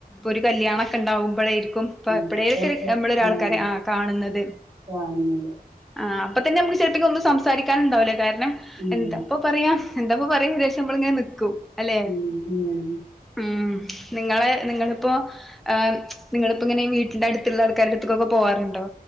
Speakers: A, in the centre; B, on the right.
A: ഒരു കല്യാണൊക്കെ ഇണ്ടാവുമ്പോഴെരിക്കും ഇപ്പ
B: ഉം
A: എപ്പെളേലെക്കെരു
B: ഇപ്പൊക്കെ
A: നമ്മളൊരു ആൾക്കാരെ
B: ആഹ്
A: ആ കാണ്ന്നത്
B: കാണുന്നുണ്ട്
A: ആഹ അപ്പൊ തന്നെ നമുക്ക് ചിലതെക്ക ഒന്നും സംസാരിക്കാനുണ്ടാവില കാര്ണം
B: ഉം
A: എന്താ ഇപ്പൊ പറയാ എന്താപ്പൊ പറയാ വിചാരിച് നമ്മളിങ്ങനെ നിക്കും അല്ലേ
B: ഉം ഉം
A: ഉം നിങ്ങളെ നിങ്ങളിപ്പോ ഏഹ് നിങ്ങളിപ്പോ ഇങ്ങനെ വീട്ടിന്റെ അട്ത്ത്ള്ള ആൾക്കാരട്ത്തൊക്കൊക്കെ പോവാറുണ്ടോ?